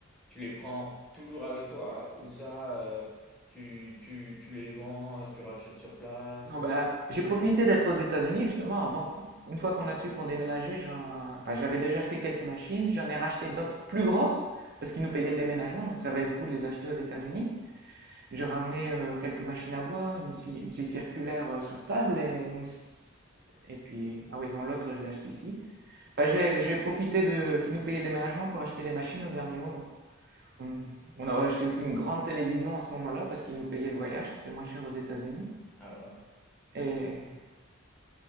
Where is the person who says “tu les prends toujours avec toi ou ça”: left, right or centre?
Centre